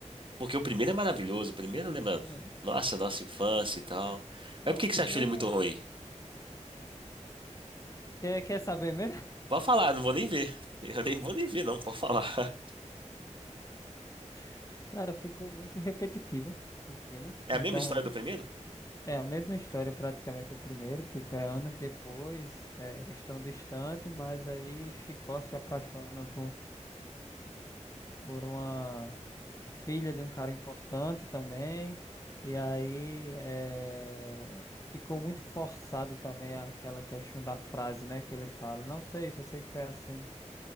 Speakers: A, on the right; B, on the left.
A: Porque o primeiro é maravilhoso, o primeiro lembra,
B: Não,
A: nossa, nossa infância e tal.
B: não,
A: Mas por que
B: o primeiro.
A: que você achou ele muito
B: é-
A: ruim?
B: Quer, quer saber mesmo?
A: Pode falar, não vou nem ver. <laughs> Eu nem vou nem ver, não, pode falar. <laughs>
B: <laughs> Cara, ficou muito repetitivo o filme.
A: É
B: Então,
A: a mesma história do primeiro?
B: é a mesma história praticamente do primeiro. Tipo, é anos depois. é, eles estão distantes, mas aí Chicó se apaixona por. por uma filha de um cara importante também. E aí eh, ficou muito forçado também aquela questão da frase, né, que ele fala. Não sei, só sei que foi assim.